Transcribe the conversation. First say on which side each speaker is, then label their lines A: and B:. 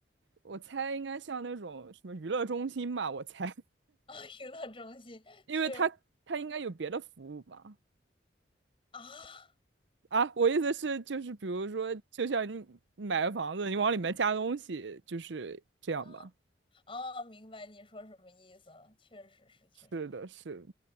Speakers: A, on the right; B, on the left.
A: 我猜应该像那种什么娱乐中心吧，我猜，
B: 啊，娱乐中心确实
A: 因为他他应该有别的服务吧。
B: 啊
A: 啊，我意思是，就是比如说，就像你买个房子，你往里面加东西，就是这样吧。
B: 啊，哦，明白你说什么意思了，确实是，确实是，
A: 是的，是。